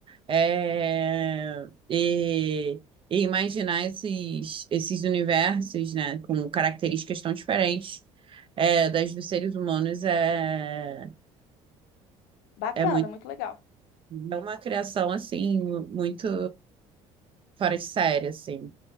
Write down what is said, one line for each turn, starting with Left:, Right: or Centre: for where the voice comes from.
Right: É... E, e imaginar esses, esses universos, né? Com características tão diferentes é, das dos seres humanos é,
Left: bacana,
Right: é muito.
Left: muito legal.
Right: É uma criação, assim, muito fora de série, assim.